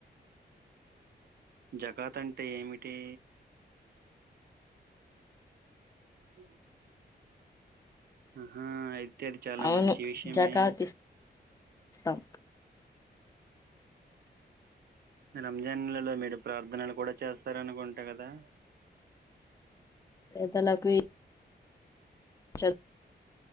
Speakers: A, on the right (about 65°); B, on the left (about 20°).
A: జకాత్ అంటే ఏమిటి? ఉ ఆహా అయితే అది చాలా
B: అవును
A: మంచి విషయమే
B: జకాత్ ఇస్తాం
A: రంజాన్ నెలలో మీరు ప్రార్థనలు కూడా చేస్తారనుకుంట కదా
B: పేదలకు చల్